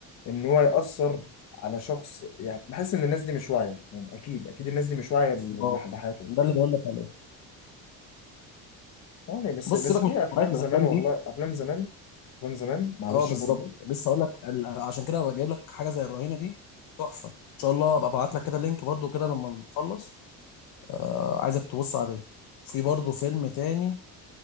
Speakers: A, on the left (about 45°); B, on the left (about 60°).
A: إن هو يأثر على شخص يعني بحس إن الناس دي مش واعية يعني أكيد أكيد الناس دي مش واعية
B: بالظبط
A: بال- لح- لحياتهم
B: ده اللي بقول لك عليه
A: يعني بس
B: بص
A: بس
B: سيبك
A: في
B: من
A: أفلام
B: نوعيه من
A: زمان
B: الافلام
A: والله
B: دي
A: أفلام زمان أفلام زمان معلش
B: اه بالظبط
A: برضه
B: لسه اقول لك ال- عشان كده بجيب لك حاجه زي الرهينه دي تحفه ان شاء الله ابقى ابعت لك كده لينك برضو كده لما نخلص آه، عايزك تبص عليه في برضه فيلم تاني